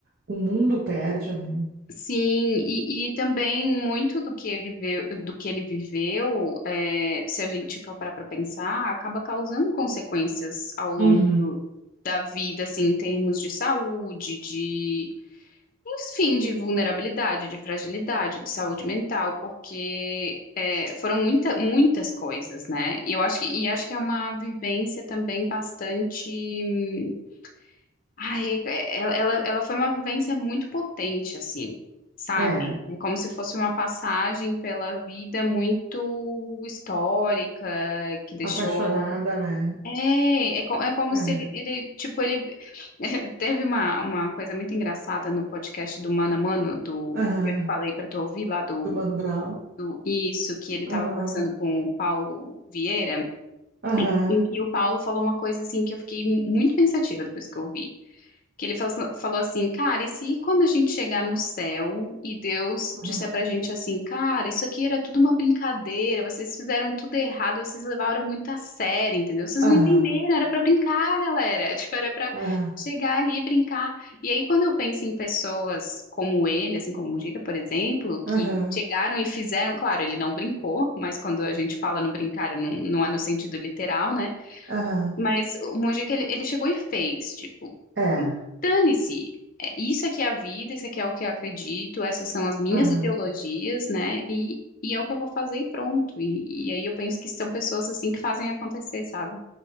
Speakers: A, on the right; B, on the left.
A: o mundo perde, né?
B: sim. E, e também muito do que ele vê, do que ele viveu, é, se a gente for parar para pensar, acaba causando consequências ao longo
A: Uhum.
B: do, da vida, assim, em termos de saúde, de Enfim, de vulnerabilidade, de fragilidade, de saúde mental, porque é, foram muita, muitas coisas, né? E eu acho que, e acho que é uma vivência também bastante. hum, Ai, é- ela, ela ela foi uma vivência muito potente, assim, sabe?
A: É,
B: É como se fosse uma passagem pela vida muito histórica, que deixou
A: apaixonada, né?
B: é, é, co- é como
A: É.
B: se ele, ele, tipo, ele <laughs> teve uma, uma coisa muito engraçada no podcast do Mano a Mano, do
A: Aham.
B: que eu te falei para tu ouvir lá do,
A: Do Mano Brown.
B: do isso, que ele estava
A: Aham.
B: conversando com o Paulo Vieira,
A: Aham.
B: em que o Paulo falou uma coisa assim que eu fiquei mu- muito pensativa depois que eu ouvi que ele faz- falou assim, cara, e se quando a gente chegar no céu e Deus
A: Aham.
B: disser pra gente assim, cara, isso aqui era tudo uma brincadeira, vocês fizeram tudo errado, vocês levaram muito a sério, entendeu? Vocês
A: Aham.
B: não entenderam, era pra brincar, galera, <laughs> tipo, era pra
A: Aham.
B: chegar ali e brincar. E aí quando eu penso em pessoas como ele, assim como o Mujica, por exemplo, que
A: Aham.
B: chegaram e fizeram, claro, ele não brincou, mas quando a gente fala no brincar, não, não é no sentido literal, né?
A: Aham.
B: Mas o Mujica, ele, ele chegou e fez, tipo,
A: É.
B: dane-se. É, Isso aqui é a vida, isso aqui é o que eu acredito, essas são as minhas
A: Aham.
B: ideologias, né? E, e é o que eu vou fazer e pronto. E, e aí eu penso que são pessoas assim que fazem acontecer, sabe?